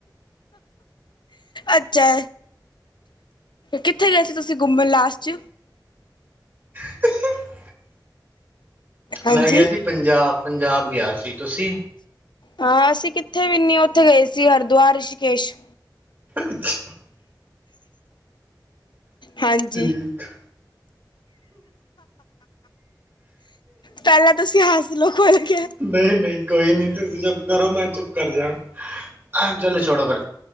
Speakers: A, on the left; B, on the right.
A: ਅੱਛਾ। ਕਿੱਥੇ ਗਏ ਸੀ ਤੁਸੀ ਘੁੰਮਣ ਲਾਸਟ ਚ।
B: <unintelligible>
A: ਹਾਂਜੀ
B: ਮੈਂ ਗਆ ਸੀ ਪੰਜਾਬ। ਪੰਜਾਬ ਗਆ ਸੀ ਤੁਸੀ
A: ਆ ਅਸੀ ਕਿੱਥੇਵੀ ਨੀ। ਓਥੇ ਗਏ ਸੀ ਹਰਦੁਆਰ ਰਿਸ਼ੀਕੇਸ਼।
B: ਅੱਛਾ।
A: ਹਾਂਜੀ।
B: ਠੀਕ
A: ਪੈਲਾਂ ਤੁਸੀ ਹੱਸ ਲੋ। ਮੈਂ ਕੇਐ
B: ਨਈ ਨਈ ਕੋਈ ਨੀ ਤੁਸੀ ਚੁੱਪ ਕਰੋ ਮੈਂ ਚੁੱਪ ਕਰ ਜਾਂ। ਚੱਲੋ ਛੋੜੋ ਪਰੇ।